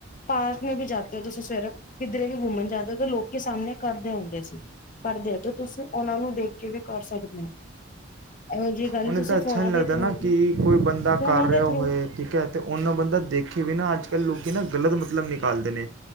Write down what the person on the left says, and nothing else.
ਪਾਰਕ ਮੇ ਭੀ ਜਾ ਤੇ ਤੁਸੀਂ ਸਵੇਰੇ ਕਿੱਧਰੇ ਵੀ ਘੁੰਮਣ ਜਾਂਦੇ ਹੋ ਤਾਂ ਲੋਕੀ ਸਾਹਮਣੇ ਕਰਦੇ ਹੁੰਦੇ ਸੀ ਕਰਦੇ ਆ ਤੇ ਤੁਸੀਂ ਉਹਨਾਂ ਨੂੰ ਦੇਖ ਕੇ ਵੀ ਕਰ ਸਕਦੇ ਹੋ। ਇਹੋ ਜਿਹੀ ਗੱਲ
ਤੁਸੀਂ
ਫੋਨਾਂ
ਦੇ
ਥਰੂ
ਵੀ
ਫੋਨਾਂ
ਦੇ
ਥਰੂ